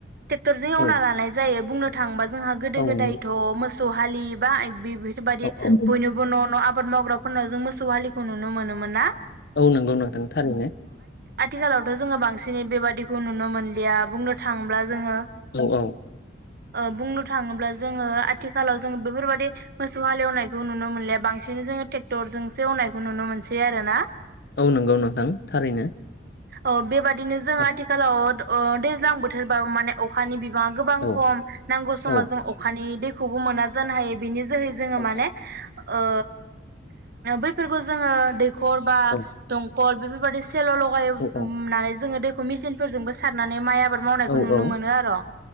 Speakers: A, on the right; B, on the left.
A: टेक्टरजों एवना
B: औ
A: लानाय जायो बुंनो थाङोबा जोंहा गोदो
B: औ
A: गोदायथ'
B: नंगौ
A: मोसौ हालि बा बेफोरबायदि
B: औ औ
A: बयनिबो न' न' आबाद मावग्रा फोरनाव जों मोसौ हालिखौ नुनो मोनोमोनना
B: औ नंगौ नोंथां थारैनो
A: आथिखालावथ' जोङो बांसिनै बेबादिखौ नुनो मोनलिया बुंनो थाङोब्ला जोङो
B: औ-औ
A: ओ बुंनो थाङोब्ला जोङो आथिखालाव जोङो बेफोरबदि मोसौ हाले एवनायखौ नुनो मोनलिया बां सिनै जोङो ट्रेक्टरजोंसो एवनायखौ नुनो मोनसै आरोना
B: औ नंगौ नोंथां थारैनो
A: अ बेबादिनो जों
B: औ
A: आथिखालाव ओ दैज्लां बोथोरबाबो माने अखानि बि गोबां
B: औ
A: खम नांगौ समाव
B: औ
A: जों अखानि दैखौबो मोना जानो हायो बेनि जोहै जोङो
B: औ
A: माने ओ बैफोरखौ जोङो दैखर बा
B: औ
A: गल बेफोरबायदि सेल' लगायनानै
B: औ
A: जोङो दैखौ मेसिनफोरजोंबो सारनानै माइ आ बाद मावनायखौ
B: औ
A: नुनो
B: औ
A: मोनो आर ‌